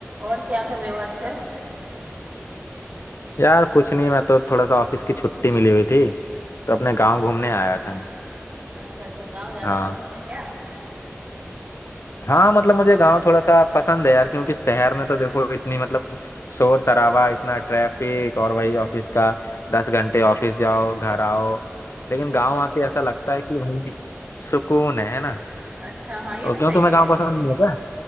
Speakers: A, on the right; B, on the left.
A: और क्या कर रहे हो आजकल
B: यार कुछ नहीं मैं तो थोड़ा सा ऑफिस की छुट्टी मिली हुई थी तो अपने
A: अच्छा
B: गांव घूमने आया था
A: अच्छा अच्छा गांव ज्यादा
B: हाँ
A: पसंद है क्या
B: हाँ मतलब मुझे गांव थोड़ा सा पसंद है यार क्योंकि शहर में तो देखो इतनी मतलब शोर शराबा इतना ट्रैफिक और वही ऑफिस का दस घंटे ऑफिस जाओ घर आओ लेकिन
A: ये
B: गांव
A: तो
B: आके
A: आप-
B: ऐसा लगता है कि भाई सुकून है है ना
A: अच्छा हाँ ये
B: तो
A: तो
B: क्यों
A: सही
B: तुम्हें
A: कह
B: गांव
A: रहे हो
B: पसंद नहीं है क्या